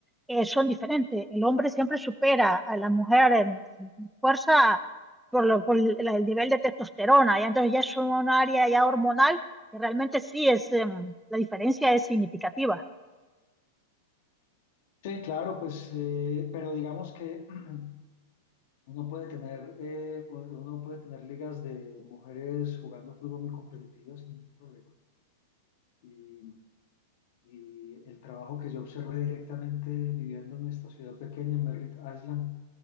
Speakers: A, in the centre; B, on the left.
A: eh, son diferentes. El hombre siempre supera a la mujer en, en fuerza por, lo- por el, el nivel de testosterona, y entonces ya es un área ya hormonal que realmente sí es, em, la diferencia es significativa.
B: Sí, claro, pues, eh, pero digamos que <clears throat> uno puede tener, eh, uno puede tener ligas de mujeres jugando fútbol muy competitivas sin ningún problema. Y, y el trabajo que yo observé directamente viviendo en esta ciudad pequeña, en Merritt Island,